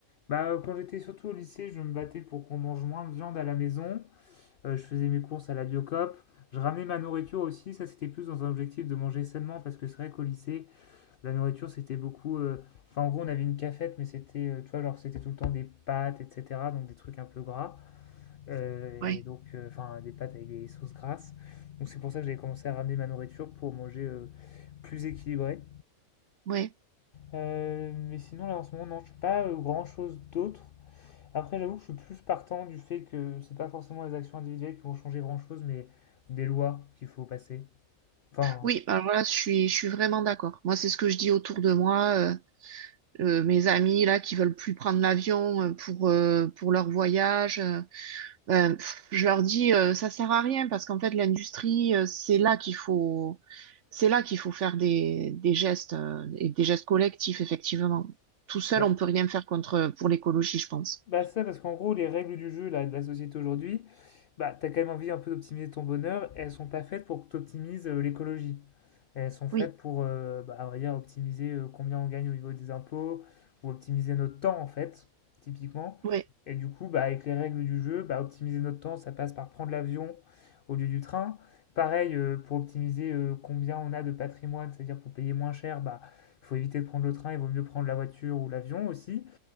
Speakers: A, on the left; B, on the right.
A: Bah, euh, quand j'étais surtout au lycée, je me battais pour qu'on mange moins de viande à la maison. Euh, je faisais mes courses à la Biocoop. Je ramenais ma nourriture aussi. Ça, c'était plus dans un objectif de manger sainement parce que c'est vrai qu'au lycée, la nourriture, c'était beaucoup. euh, Enfin, en gros, on avait une cafette, mais c'était, euh, tu vois, genre, c'était tout le temps des pâtes, etc. Donc, des trucs un peu gras. Euh,
B: Oui,
A: et donc, euh, enfin, des pâtes avec des sauces grasses. Donc, c'est pour ça que j'ai commencé à ramener ma nourriture pour manger euh, plus équilibré.
B: oui.
A: Euh, mais sinon, là, en ce moment, non, je fais pas grand chose d'autre. Après, j'avoue que je suis plus partant du fait que c'est pas forcément les actions individuelles qui vont changer grand-chose, mais des lois qu'il faut passer. Enfin,
B: Oui, alors là, je suis, je suis vraiment d'accord. Moi, c'est ce que je dis autour de moi. euh, euh, mes amis là qui veulent plus prendre l'avion euh, pour euh, pour leur voyage, euh, ben, pff, je leur dis euh, ça sert à rien parce qu'en fait l'industrie euh, c'est là qu'il faut C'est là qu'il faut faire des, des gestes euh, et des gestes collectifs, effectivement. Tout seul,
A: bah,
B: on peut rien faire contre pour l'écologie, je pense.
A: Bah ça, parce qu'en gros, les règles du jeu là, de la société aujourd'hui, bah t'as quand même envie un peu d'optimiser ton bonheur, et elles sont pas faites pour que t'optimises euh, l'écologie. Elles sont faites
B: Oui,
A: pour, euh, bah, on va dire, optimiser euh, combien on gagne au niveau des impôts, ou optimiser notre temps en fait, typiquement.
B: oui,
A: Et du coup, bah, avec les règles du jeu, bah, optimiser notre temps, ça passe par prendre l'avion au lieu du train. Pareil, euh, pour optimiser euh, combien on a de patrimoine, c'est-à-dire pour payer moins cher, bah, faut éviter de prendre le train, il vaut mieux prendre la voiture ou l'avion aussi